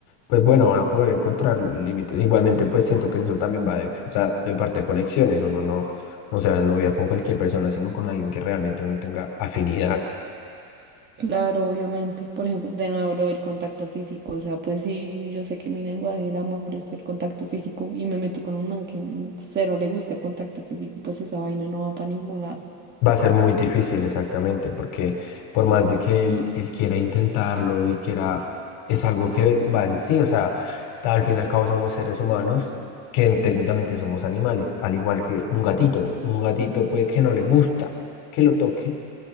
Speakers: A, on the left (about 60°); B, on the right (about 25°).
A: pues bueno, van a poder encontrar límites. Igualmente, pues siento que eso también va de, o sea, de parte de conexiones, uno no, no se va a noviar con cualquier persona, sino con alguien que realmente uno tenga afinidad.
B: Claro, obviamente. Por ejemplo, de nuevo lo del contacto físico, o sea, pues sí, yo sé que mi lenguaje del amor es el contacto físico y me meto con un man que n- cero le gusta el contacto físico, pues esa vaina no va para ningún lado.
A: Va a ser muy difícil, exactamente, porque por más de que él, él quiera intentarlo y quiera, es algo que va en sí, o sea, al fin y al cabo somos seres humanos que en- técnicamente somos animales, al igual que un gatito. Un gatito puede que no le gusta que lo toquen,